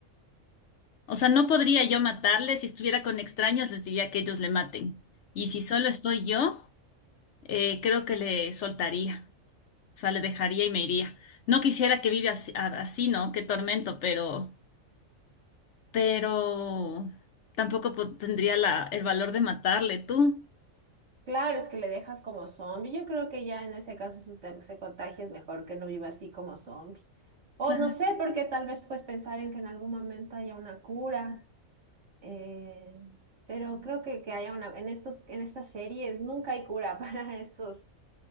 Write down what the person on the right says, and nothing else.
Claro, es que le dejas como zombie. Yo creo que ya en ese caso, si te, se contagia, es mejor que no viva así como zombie. O
no sé, porque tal vez pues pensar en que en algún momento haya una cura. eh, pero creo que, que haya una, en estos, en estas series nunca hay cura <laughs> para estos,